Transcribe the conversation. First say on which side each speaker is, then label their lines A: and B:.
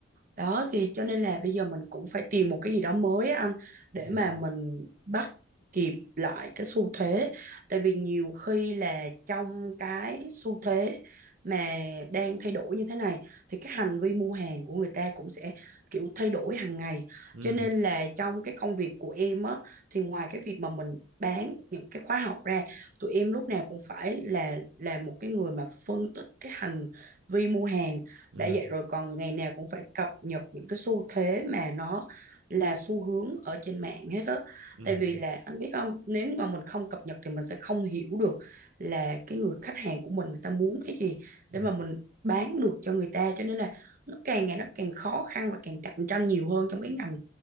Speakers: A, on the right; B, on the right.
A: Đó thì cho nên là bây giờ mình cũng phải tìm một cái gì đó mới á anh
B: ừ
A: để mà mình bắt kịp lại cái xu thế tại vì nhiều khi là trong cái xu thế mà đang thay đổi như thế này thì cái hành vi mua hàng của người ta cũng sẽ kiểu thay đổi hàng ngày
B: ừ
A: cho nên là trong cái công việc của em á thì ngoài cái việc mà mình bán những cái khóa học ra tụi em lúc nào cũng phải là là một cái người mà phân tích cái hành vi mua hàng
B: ừ
A: đã vậy rồi còn ngày nào cũng phải cập nhật những cái xu thế mà nó là xu hướng ở trên mạng hết á
B: ừ
A: tại vì là anh biết không nếu như mà mình không cập nhật thì mình sẽ không hiểu được là cái người khách hàng của mình người ta muốn cái gì
B: ừ
A: để mà mình bán được cho người ta cho nên là nó càng ngày nó càng khó khăn và càng cạnh tranh nhiều hơn trong cái ngành